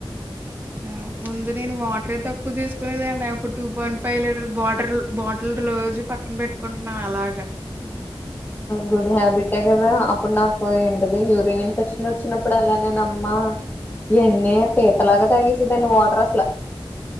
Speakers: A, on the right; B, on the left.
A: యాహ్! ముందు నేను వాటరే తక్కువ తీసుకునేదానే ఇప్పుడు two point five litre water bottle రోజు పక్కన పెట్టుకుంటున్నా అలాగా
B: గుడ్ హ్యాబిటే కదా అప్పుడు నాకు ఏంటిది యూరిన్న్ ఇన్ఫెక్షన్ వచ్చినప్పుడు అలానేే ఆ ఎన్ని పీత లాగా తాగేసే దాన్ని వాటర్ అసలు